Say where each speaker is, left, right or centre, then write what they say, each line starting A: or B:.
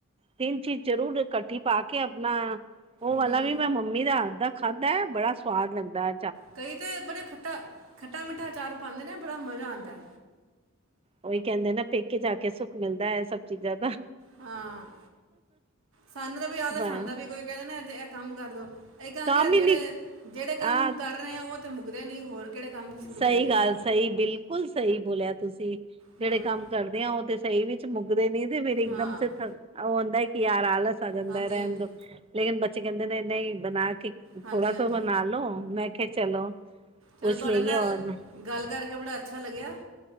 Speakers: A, on the right; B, on the right.
A: ਤਿੰਨ ਚੀਜ਼ ਜਰੂਰ ਇਕੱਠੀ ਪਾ ਕੇ ਆਪਣਾ, ਉਹ ਵਾਲਾ
B: ਹੂੰ
A: ਵੀ ਮੈਂ ਮੰ ਮੰਮੀ ਦੇ ਹਾਥ ਦਾ ਖਾਧਾ ਐ। ਬੜਾ ਸਵਾਦ ਲਗਦਾ।
B: ਕਈ ਤੇ ਬੜਾ ਖੱਟਾ, ਖੱਟਾ-ਮਿੱਠਾ ਆਚਾਰ ਪਾਂਦੇ ਨੇ, ਬੜਾ ਮਜ਼ਾ ਆਂਦਾ।
A: ਉਹੀ ਕਹਿੰਦੇ ਨਾ ਪੇਕੇ ਜਾ ਕੇ ਸੁੱਖ ਮਿਲਦਾ। ਐਹ ਸਭ ਚੀਜਾ ਦਾ।
B: ਹਾਂ ਸਾਨੂੰ ਤੇ ਬਈ ਆਲਸ
A: ਬਸ
B: ਆਂਦਾ। ਕੋਈ ਕਹਿੰਦਾ ਨਾ ਐਹ ਤੇ ਐਹ ਕੰਮ ਕਰਦੋ। ਅਹੀ ਕਹਾਂਗੇ
A: ਕੰਮ
B: ਅ
A: ਹੀ
B: ਜਿਹੜੇ
A: ਨੀ
B: ਜਿਹੜੇ
A: ਹਾਂ
B: ਕੰਮ ਕਰ ਰਹੇ ਆ, ਉਹ ਤੇ ਮੁੱਕਦੇ ਨੀ। ਹੋਰ ਕਿਹੜੇ ਕੰਮ ਸ਼ੁਰੂ
A: ਸਹੀ
B: ਕਰੀਏ
A: ਗੱਲ
B: ਅਸੀਂ।
A: ਸਹੀ ਬਿਲਕੁਲ ਸਹੀ ਬੋਲਿਆ ਤੁਸੀ।
B: ਹੂੰ
A: ਜਿਹੜੇ ਕੰਮ ਕਰਦੇ ਆ, ਉਹ ਤੇ ਸਹੀ ਵਿਚ ਮੁੱਕਦੇ ਨੀ ਤੇ ਫੇਰ ਇਕਦਮ
B: ਹਾਂ
A: ਤੇ ਥਕ ਉਹ ਹੁੰਦਾ ਕਿ ਯਾਰ ਆਲਸ ਆ ਜਾਂਦਾ
B: ਹਾਂਜੀ
A: ਰਹਿਣ
B: ਹਾਂਜੀ
A: ਦੋ। ਲੇਕਿਨ ਬੱਚੇ ਕਹਿੰਦੇ ਨੇ ਨਹੀ ਬਣਾ ਕੇ
B: ਹਾਂਜੀ
A: ਥੋੜਾ
B: ਹਾਂਜੀ
A: ਤੋਂ ਬਣਾਲੋੋ। ਮੈ ਕਿਹਾ ਚਲੋ ਪੁੱਛ
B: ਚਲੋ, ਤੁਹਾਡੇ
A: ਲਈਏ
B: ਨਾਲ
A: ਔਰ
B: ਗੱਲ ਕਰਕੇ ਬੜਾ ਅਛਾ ਲਗਿਆ।